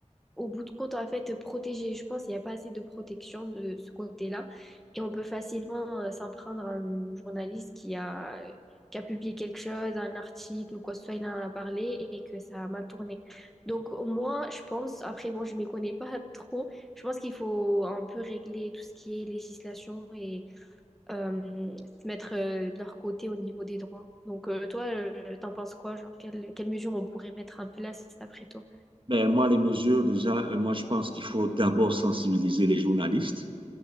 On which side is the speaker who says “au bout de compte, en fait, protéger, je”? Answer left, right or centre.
Centre